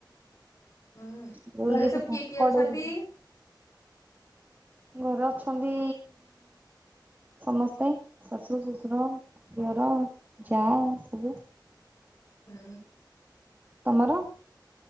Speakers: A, on the left; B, on the right.
A: ହୁଁ
B: ଯୋଉ
A: ଘରେ
B: ଇଏ
A: ସବୁ
B: ପିଠା
A: କିଏ କିଏ
B: କଡେଇ
A: ଅଛନ୍ତି?
B: ପିଠା ଘୋରେ ଅଛନ୍ତି ସମସ୍ତେ ଶାଶୁ, ଶ୍ୱଶୁର, ଦିଅର, ଯା ସଲୁ
A: ହୁଁ।
B: ତମର?